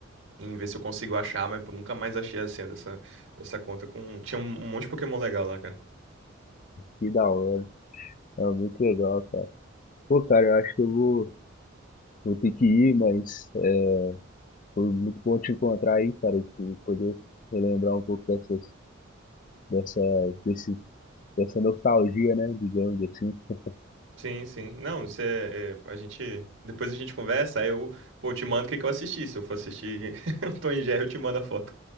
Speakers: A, on the right; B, on the left.
A: em ver se eu consigo achar, mas pô, nunca mais achei a senha dessa, dessa conta com. Tinha um um monte de Pokémon legal lá, cara.
B: Que da hora. É muito legal, cara. Pô, cara, eu acho que eu vou, vou ter que ir, mas é, foi muito bom te encontrar aí, cara, e poder relembrar um pouco dessas, dessa, desse, dessa nostalgia, né? Digamos assim. <laughs>
A: Sim, sim. Não, você, é, a gente, depois a gente conversa, aí eu, pô, eu te mando o que que eu assisti. Se eu for assistir <laughs> o Tom e Jerry, eu te mando a foto.